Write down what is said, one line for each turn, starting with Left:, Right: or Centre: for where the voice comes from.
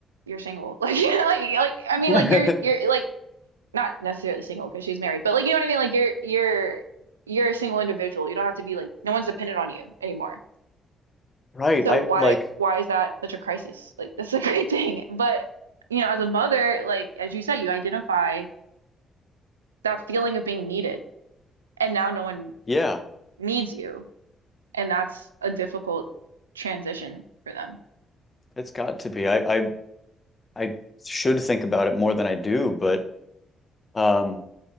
Right: you're single." <laughs> Like you know, like like I
Left: <laughs>
Right: mean like you're you're like not necessarily single because she's married, but like you know what I mean? Like you're you're you're a single individual. You don't have to be like no one's dependent on you anymore.
Left: Right.
Right: So
Left: I
Right: why
Left: like,
Right: why is that such a crisis? Like that's a <laughs> great thing. But you know, as a mother, like as you said, you identify that feeling of being needed and now no one
Left: yeah,
Right: needs you and that's a difficult transition for them.
Left: it's got to be. I I I should think about it more than I do, but um